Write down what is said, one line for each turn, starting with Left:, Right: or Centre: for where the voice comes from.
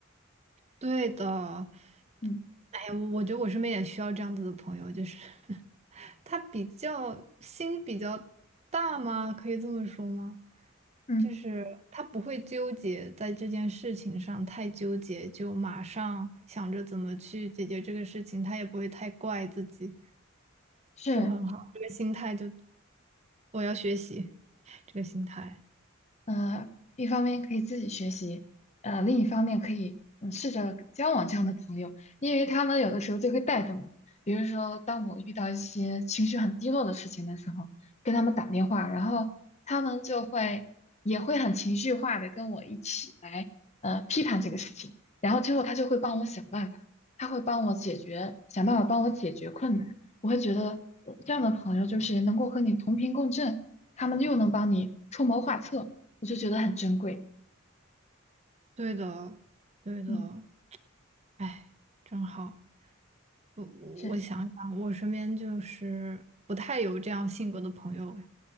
Right: 对的，
Left: 嗯
Right: 哎呀，我我觉得我身边也需要这样子的朋友，就是 <laughs> 他比较心比较大吗？可以这么说吗？
Left: 嗯，
Right: 就是他不会纠结在这件事情上太纠结，就马上想着怎么去解决这个事情，他也不会太怪自己，
Left: 是。
Right: 就很好。这个心态就我要学习 <laughs> 这个心态，
Left: 呃，一方面可以自己学习，呃，另一方面可以嗯试着交往这样的朋友，因为他们有的时候就会带动你。比如说，当我遇到一些情绪很低落的事情的时候，跟他们打电话，然后他们就会也会很情绪化的跟我一起来呃批判这个事情，然后之后他就会帮我想办法，他会帮我解决，想办法帮我解决困难。我会觉得呃这样的朋友就是能够和你同频共振，他们又能帮你出谋划策。我就觉得很珍贵。
Right: 对的，对的，
Left: 嗯，
Right: 哎，真好。我我我想想，
Left: 是，
Right: 我身边就是不太有这样性格的朋友哎，